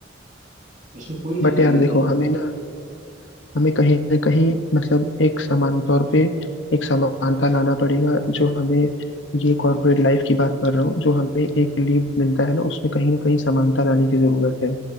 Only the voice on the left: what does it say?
बट
यार
देखो
हमें ना हमें कहीं ना कहीं मतलब एक समान तौर पे एक समानता लाना पड़ेगा जो हमें ये कॉर्पोरेट लाइफ की बात कर रहा हूँ जो हमें एक लीव मिलता है ना उसमें कहीं ना कहीं समानता लाने की जरूरत है